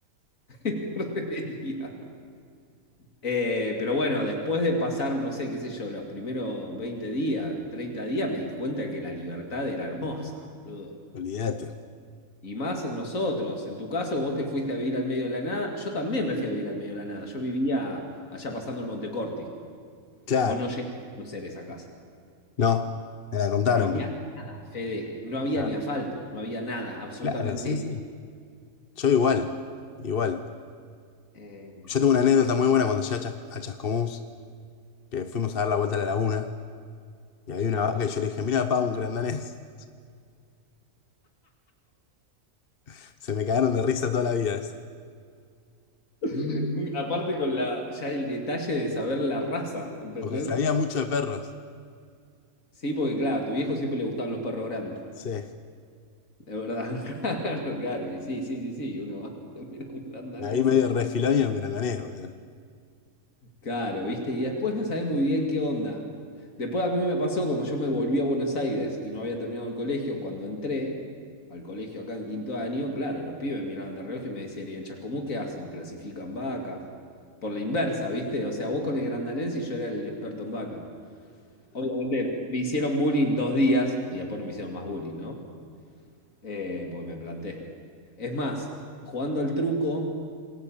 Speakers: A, on the left (about 70°); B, on the left (about 45°).
A: <laughs> Reía. Eh, pero bueno, después de pasar, no sé, qué sé yo, los primeros 20 días, 30 días, me di cuenta que la libertad era hermosa, boludo.
B: olvídate.
A: Y más nosotros. En tu caso, vos te fuiste a vivir al medio de la nada. Yo también me fui a vivir al medio de la nada. Yo vivía allá pasando el Montecorti.
B: Claro,
A: Vos no llegaste a conocer esa casa.
B: no, me la contaron,
A: Pero no había
B: pero.
A: nada, Fede. No había
B: Ah,
A: ni asfalto. No había nada. Absolutamente.
B: Claro, sí, sí. Yo igual, igual.
A: eh,
B: Yo tengo una anécdota
A: qué-
B: muy buena cuando llegué a, Chas- a Chascomús, que fuimos a dar la vuelta a la laguna, y había
A: sí.
B: una vaca y yo le dije, mira, pa, un grandanés. <laughs> Se me cagaron de risa toda la vida esa.
A: <laughs> Aparte con la, ya el detalle de saber la raza, ¿entendés?
B: Porque sabía mucho de perros.
A: Sí, porque claro, a tu viejo siempre le gustaban los perros grandes,
B: Sí.
A: de verdad. <laughs> Claro, claro, y sí, sí, sí, sí, uno va, <laughs> mira un gran danés.
B: Y Ahí medio refilón y era un grandanés, boludo.
A: Claro, ¿viste? Y después no sabés muy bien qué onda. Después a mí me pasó, como yo me volví a Buenos Aires y no había terminado el colegio, cuando entré al colegio acá en quinto año, claro, los pibes miraban de reojo y me decían, ¿y en Chascomús qué hacen? ¿Clasifican vacas? Por la inversa, ¿viste? O sea, vos con el grandanés y yo era el experto en vacas. Obviamente me hicieron bullying dos días y después no me hicieron más bullying, ¿no? Eh, porque me planté. Es más, jugando al truco.